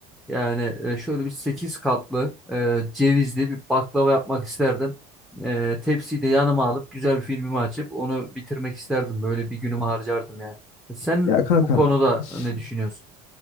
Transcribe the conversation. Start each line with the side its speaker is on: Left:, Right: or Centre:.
Centre: Yani eee, şöyle bir 8 katlı eee, cevizli bir baklava yapmak isterdim. Eee tepsiyi de yanıma alıp güzel bir filmimi açıp onu bitirmek isterdim. Böyle bir günümü harcardım yani. E, Sen
Left: Ya kanka
Centre: bu konuda
Left: ş-
Centre: ne düşünüyorsun?